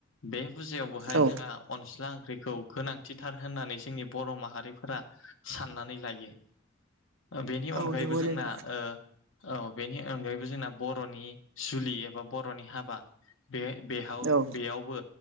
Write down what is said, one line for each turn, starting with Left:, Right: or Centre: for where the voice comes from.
Left: बे फुजायाव बहाय
Right: औ
Left: जोंहा अनस्ला ओंख्रिखौ गोनांथिथार होननानै जोंनि बर' माहारिफोरा साननानै लायो बेनि
Right: औ
Left: अनगायैबो
Right: नंगौ
Left: जोंना
Right: नोंथां
Left: ओ औ बेनि अनगायैबो जोंना बर'नि सुलि एबा बर'नि हाबा बे बेहाव
Right: औ
Left: बेयावबो